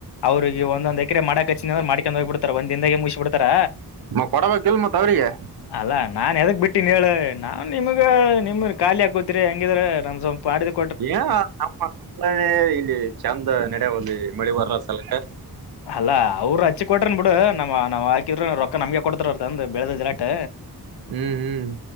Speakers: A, on the left; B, on the right.
A: ಅವ್ರಿಗೆ ಒಂದೊಂದ ಎಕರೆ ಮಾಡಕ್ಚ್ಚಿನ್ರರು ಮಾಡ್ಕೊಂಡು ಹೋಗ್ಬಿಡ್ತಾರ ಒಂದ್ನದಾಗೆ ಮುಗಬ ಬಿಡ್ತಾರ
B: ಮ ಕೊಡಬೇಕಿಲ್ ಮತ್ ಅವ್ರಿಗೆ
A: ಅಲ್ಲಾ ನಾನ್ ಎದಕ್ ಬಿಟ್ಟೀನ್ ಹೇಳ ನಾವನ್ ನಿಮಗ ನಿಮ ಖಾಲಿ ಹಾಕೋತಿರಿ ಹೆಂಗಿದ್ರ <unintelligible>
B: ಈಗ ನಮ್ಮ ಇಲ್ಲಿ ಚೆಂದ ನಡೆ ಹದಿ ಮಳಿ ಬರ ಸಲಕ
A: ಅಲ್ಲ ಅವ್ರರು ಹಚ್ಚಿ ಕೊಟ್ರನ್ ಬಿಡು ನಮ್ಮ್ ನಾವ್ ಹಾಕಿದ್ರ ರೊಕ್ಕ ನಮಗೆ ಕೊಡ್ತಾರರ್ ಅಂದ್ ಬೆಳೆದ ಜಲಾಟ್
B: ಹ್ಮ್ ಹ್ಮ್